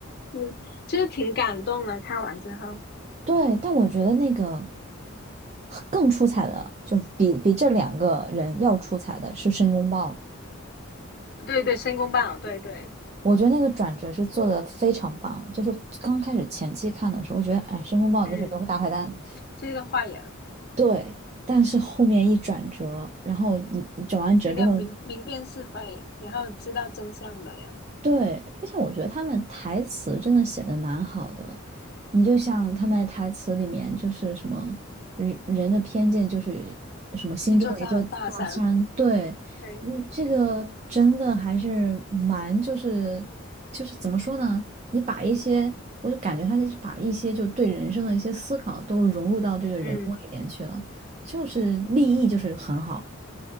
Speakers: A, on the left; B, on the right.
A: 嗯，就是挺感动的，看完之后，
B: 对，但我觉得那个更出彩的，就比比这两个人要出彩的是申公豹。
A: 对对，申公豹，对对，
B: 我觉得那个转折是做的非常棒，就是刚开始前期看的时候，我觉得哎，申公豹就是个大坏蛋，
A: 嗯，这个坏人。
B: 对，但是后面一转折，然后你你转完折之后。
A: 是一个明明辨是非，然后知道真相的人，
B: 对，并且我觉得他们台词真的写的蛮好的。你就像他们台词里面就是什么人人的偏见就是什么心中的一座大山，
A: 一座大大山。
B: 对，
A: 对，
B: 你这个真的还是蛮就是就是怎么说呢？你把一些我就感觉他就是把一些就对人生的一些思考都融入到这个人物里面去了，
A: 嗯，
B: 就是立意就是很好。